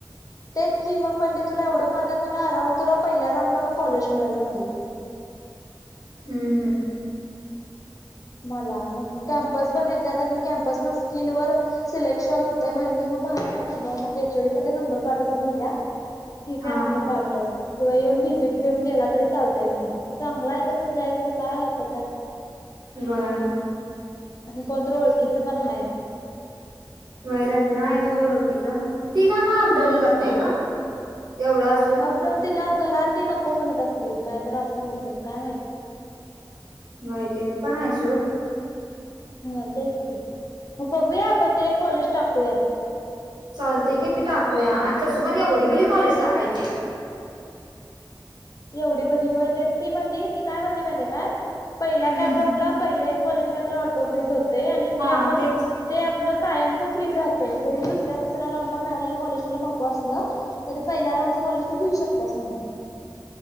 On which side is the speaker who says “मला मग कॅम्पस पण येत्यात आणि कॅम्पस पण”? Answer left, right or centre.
Left